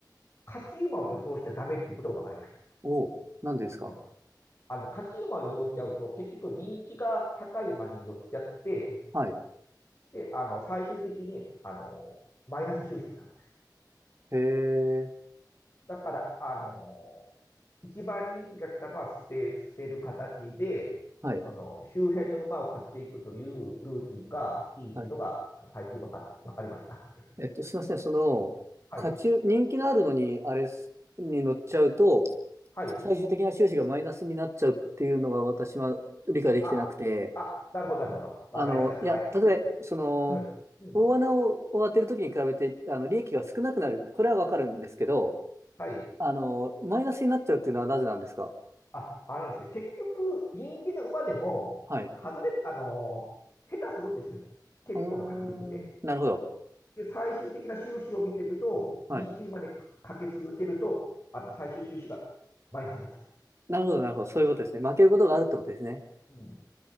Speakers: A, on the left; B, on the right.
A: 勝ち馬を予想しちゃダメっていうことが分かりました。
B: おー。なんでですか
A: うん。あの、勝ち馬を予想しちゃうと、結局人気が高い馬に寄っちゃって、
B: はい。
A: で、あの、最終的に、あの、マイナス収支になるんですよ。
B: へー。
A: だから、あの、一番人気が来たのは捨て、捨てる形で、
B: はい。
A: その周辺の馬を買っていくというルーティンがいいっていうのが最近分かって、
B: はい
A: 分かりました。
B: えっと、すみません、その、
A: はい。
B: 価値、人気のあるのに、あれすに乗っちゃうと、
A: はい。
B: 最終的な収支がマイナスになっちゃうっていうのが私は理解できてなくて、
A: あ、あ、なるほど、なるほど。分かりました。
B: あの、
A: はい。
B: いや、例えば、その、
A: <laughs> うん。
B: 大穴を当てるときに比べて、あの、利益が少なくなる、これはわかるんですけど、
A: はい。
B: あの、マイナスになっちゃうっていうのはなぜなんですか
A: あ、あのですね、結局、人気の馬でも、
B: はい。
A: 外れる、あのー、下手するんですね。結構な確率で。
B: うーん、なるほど。
A: で、最終的な収支を見てると、
B: はい。
A: 人気馬にかけ続けると、あの、最終収支がマイナスになっちゃう。
B: なるほど、なるほど。そういうことですね。負けることがあるってことですね。
A: うん。っ